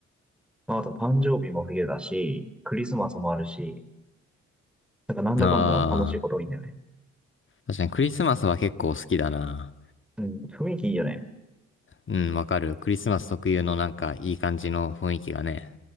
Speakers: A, in the centre; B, on the left.
A: まあ、あと誕生日も冬だし、クリスマスもあるし、なんかなんだかんだ楽しいこと多いんだよね。
B: ああ、確かにクリスマスは結構好きだな。
A: うん。雰囲気いいよね。
B: うん、わかる。クリスマス特有のなんかいい感じの雰囲気がね。